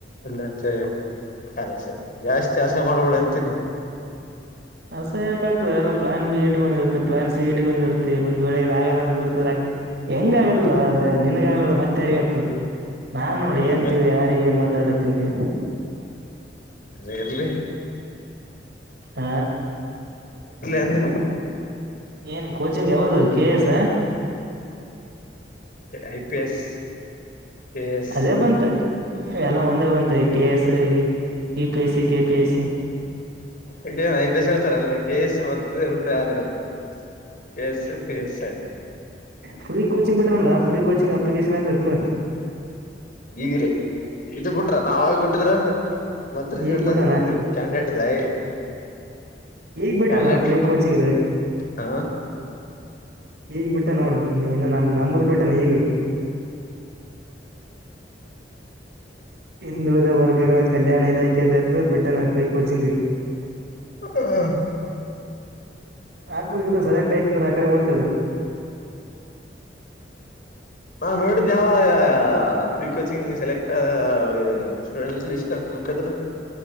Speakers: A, on the left (about 55°); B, on the right (about 70°).
A: ಇಲ್ಲ ಸರಿ ಸರಿ ಜಾಸ್ತಿ ಆಸೆ ಮಾಡ್ಬೇಡ ಅಂತೀನಿ.
B: ಹಸೆ ಯಕಾಗಗ್ತದೆಲ್ಲ ಪ್ಲಾನ್ ಬಿ ಇಟ್ಟಕಂದ್ ಇರ್ತ್ತ ಪ್ಲಾನ್ ಸಿಗಿಟ್ಟಕಂದಿರ್ತಿ ಒಂದ್ ವೇಳೆ ಇದ ಆಗಲ್ಲ ಅಂತ್ ಹೆಂಗ ಆಗೊದಿಲ್ಲ ಅದ ನಿನಗೆ ಆಗ್ಲ ಮತ್ತೆ ಯಾರಿಗ ಆಗ್ತದ ನಾನ್ ನೋಡಿ
A: ಹಂಗ
B: ಏನ್ಂತಿ ಯಾರ್ ಏನ್ ಮಾತಾಡ ತಿನ್ಗೆ
A: ಇರರ್ಲ್ಲಿ
B: ಹ
A: ಅಂದೆ
B: ಏನ್ ಕೋಚಿಂಗ್ ಯಾವ್ದೋ ಕೆ ಎ ಎಸ್ ಹ
A: I P S K S
B: ಅದೇ ಬಂತ ಎಲ್ಲ ಒಂದೇ ಬಂತ K A S E P S C, K P S C.
A: ಇನ್ ಐ ಪಿ ಎಸ್ ಹೇಳ್ತಾರ್ ಅಲ್ಲಿ ಕೆ ಎಂ ಎಸ್ ಮತ್ತ ಬಿಟ್ರೆ ಯಾವ್ದೂ ಹೇಳು. K S IPS
B: free coaching ಬಿಟನಲ್ಲ ಫ್ರೀ ಕೋಚಿಂಗ್ ಅಪ್ಲಿಕೇಶನ್ ಹಾಕ್ಬೇಕಲ್
A: ಈಗಿರಿ ಇದೂ ಬಿಟ್ರೆ ನಾವ ಆಗ ಬಿಟ್ಟಿದ್ರ ಮತ್ ರಿಸಲ್ಟ್
B: ಈಗ್ ಬಿಟ್ಟಾನ
A: ಇದ್ ಬಿಟ್ರಿ- ಕ್ಯಾಂಡೇಟದೈ
B: ಈಗ್ ಬಿಟ್ಟಾನ
A: ಕ್ಯಾಂಡೇಟ್
B: ಫ್ರೀ ಕೋಚಿಂಗ್ ಇದೆ
A: ಹಾ
B: ಈಗ್ ಬಿಟ್ಟೆ ನೋಡು ಮನೀ ಇನ್ನ ನಮ್ ನಮ್ ನಂಬ್ದ್ ಬಿಟ್ಟಾನ ಈಗ. ಹಿಂದುಳಿದ ವರ್ಗಗಳ ಕಲ್ಯಾಣ ಇಲಾಖೆದೌರ್ದು ಬಿಟ್ಟನ ಫ್ರೀ ಕೋಚಿಂಗ್.
A: ಹಾ.
B: ಹಾಕ್ಬೇಕ ಇಲ್ಲ ಸೆಲೆಕ್ಟ್ ಆಯ್ತ್ ಅಂದ್ರ ಅಕಡೆ ಓತಿಲ್ಲ.
A: ಹಾ ನೋಡಿದ್ಯಾ ಅವ್ವ್ ಫ್ರೀ ಕೋಚಿಂಗ್ ಸೆಲೆಕ್ಟ್ ಆದ. ಸ್ಟೂಡೆಂಸ್ ಲಿಸ್ಟ ಅಂತ ಬಿಟ್ಟಿದ್ರ.